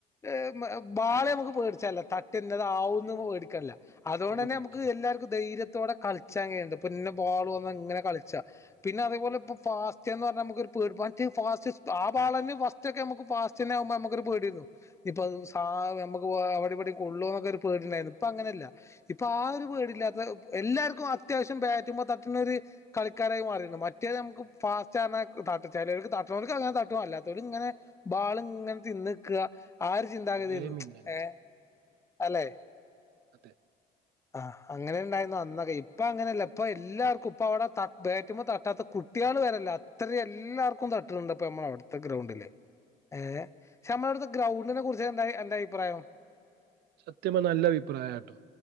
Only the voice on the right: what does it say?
ഒന്നും പറ്റില്ല
ഒരേ മിന്നല്
അതെ
സത്യം പറഞ്ഞാ നല്ല അഭിപ്രായട്ടോ